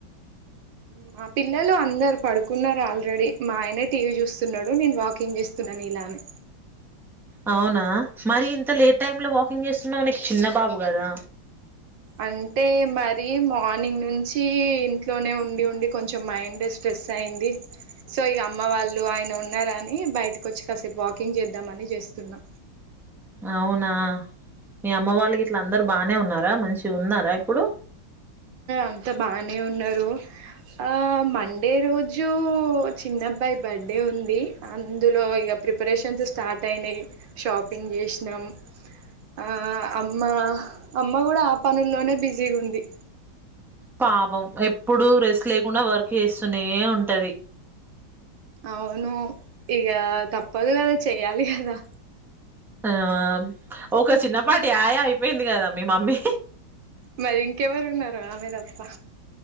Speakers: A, on the right; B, in the centre.
A: మా పిల్లలు అందరు పడుకున్నారు ఆల్రెడీ మా ఆయనే టీవీ చూస్తున్నాడు నేను వాకింగ్ చేస్తున్నా నీలానే
B: అవునా మరి ఇంత లేట్ టైమ్ లో వాకింగ్ చేస్త న్నికి చిన్న బాబు కదా
A: అంటే మరి మార్నింగ్ నుంచి ఇంట్లోనే ఉండి ఉండి కొంచెం మైండ్ స్ట్రెస్ అయింది సో ఇక అమ్మ వాళ్ళు ఆయన ఉన్నారని బయటకు వచ్చి కాసేపు వాకింగ్ చేద్దామని చేస్తున్నా
B: అవునా మీ అమ్మ వాళ్ళకి ఇట్ల అందరూ బాగానే ఉన్నారా మంచి ఉన్నారా ఇప్పుడు
A: అంత బానే ఉన్నారు ఆ మండే రోజు చిన్నబ్బాయి బర్త్డే ఉంది అందులో ఇక ప్రిపరేషన్స్ స్టార్ట్ అయినాయి షాపింగ్ చేసినాం ఆ అమ్మ అమ్మ కూడా ఆ పనుల్లోనే బిజీగా ఉంది
B: పాపం ఎప్పుడు రెస్ట్ లేకుండా వర్క్ చేస్తూనే ఉంటది
A: అవును ఇక తప్పదు కదా చెయ్యాలి కదా
B: ఆ ఒక చిన్నపాటి ఆయా అయిపోయింది కదా మీ మమ్మీ
A: మరి ఇంకెవరు ఉన్నారు ఆమె తప్ప